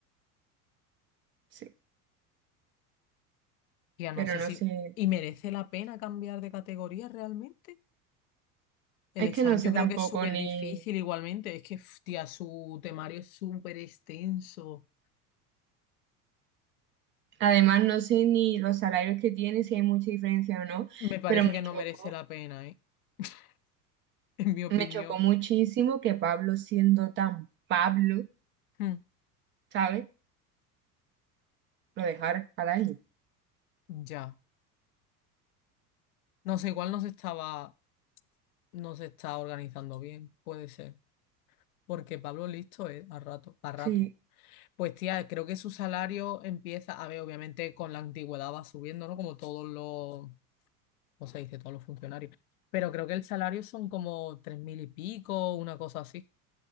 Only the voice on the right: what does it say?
sí,
pero
no
sé,
es
que no sé
tampoco
ni,
además no sé ni los salarios que tiene, si hay mucha diferencia o no,
pero me
chocó,
me chocó muchísimo que Pablo siendo tan Pablo,
¿sabes? Lo dejara al año.
Sí,